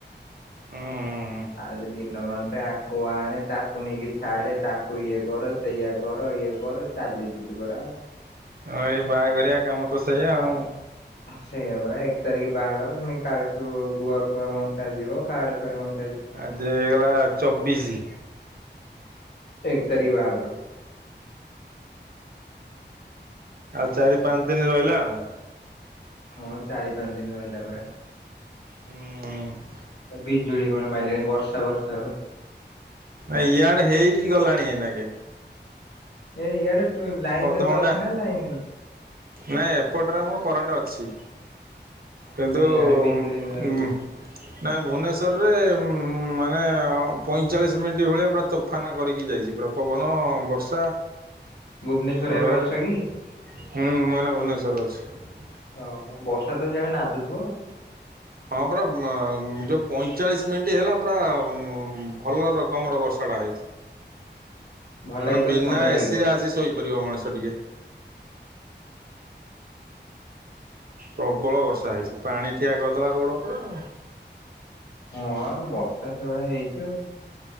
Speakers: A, on the right; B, on the left.
A: ହୁଁ ହୁଁ।
B: ଆଜିଦିନ୍। ନମନ୍ତେ ଆକୁ ଆଣେ ତାକୁ ନେଇକି ଛାଡ଼େ ତାକୁ ଇଏ କର ସେଇୟା କର ଇଏ କର ତା ଲିଯିତ ବରା
A: ଅଁ ଏଇ ବାହାଘରିଆ କାମ ତ ସେଇଆ ଆଉ
B: ସେଇଆ ପରା ଏକ୍ ତାରିଖ ବାହାଘର ପୁଣି କାଲିଠୁ ଗୁଆ ଫୁଆ ବଣ୍ଟା ଯିବ କାଡ଼ ଫାଡ଼ ବନ
A: ଆଜି ହେଇଗଲା ଚବିଶି।
B: ଏକ୍ ତାରିଖ୍ ବାହାଘର।
A: ଆଉ ଚାରିପାଞ୍ଚ୍ ଦିନ୍ ରହିଲା ଆଉ।
B: ହଁ ଚାରି ପାଞ୍ଚଦିନ ରହିଲା ପରା।
A: ହୁଁ
B: ବିଜୁଳି କଣ ମାଇଲାଣି ବର୍ଷାଫର୍ଷା ହବ
A: ଇଆଡେ଼ ହେଇକି ଗଲାଣି ଏଇନାକେ।
B: ଏଇ ଇଆଡ଼େ ଟୁଇମ୍ ଲାଇନ୍
A: ଅଧଘଣ୍ଟା
B: ତତେ ଅଛି ନା ଲାଇନ ନାହିଁ।
A: ନାଇଁ ଏପଟରେ ଆମର କରେଣ୍ଟ ଅଛି। କିନ୍ତୁ
B: ହଁ
A: ଉ
B: ଇଆଡେ ବିଜୁଳି
A: ଉଁ
B: ମାରୁଚି।
A: ନା ଭୁନେସ୍ ବତରରେ ମାନେ ପଇଁଚାଳିଶି ମିନିଟ୍ ଭଳିଆ ପୁରା ତୋଫାନା କରିକି ଯାଇଚି ପୁରା ପବନ ବର୍ଷା।
B: ଭୁବନେଶ୍ଵରରେ
A: ଘଡ଼ଘଡ଼ି
B: ଏବେ ଅଛ କି।
A: ହୁଁ ମୁଏଇନା ଭୁବନେଶ୍ୱର ଅଛି।
B: ଓହୋ ବର୍ଷା ତ ସେଆଡ଼େ ନାଦୁଥିବ ଆଉ।
A: ହଁ ପରା ଯୋଉ ପଇଁଚାଳିଶ ମିନିଟ୍ ହେଲା ପୁରା ଭଲ ରକମର ବର୍ଷା ହେଇଚି
B: ଭଲ
A: ମାନେ
B: ଲାଗିଥିବ
A: ବିନା
B: ଥଣ୍ଡା ଲାଗିବ।
A: ଏସି ରେ ଆଜି ଶୋଇପାରିବ ମଣିଷ ଟିକେ। ପ୍ରବଳ ବର୍ଷା ହେଇଛି ପାଣି ଠିଆ କରିଦେଲା ରୋଡ଼ ଉପରେ ଆଉ।
B: ହଁଉ ବର୍ଷା ସେଇଭଳିଆ ହେଇଛି ଆଉ।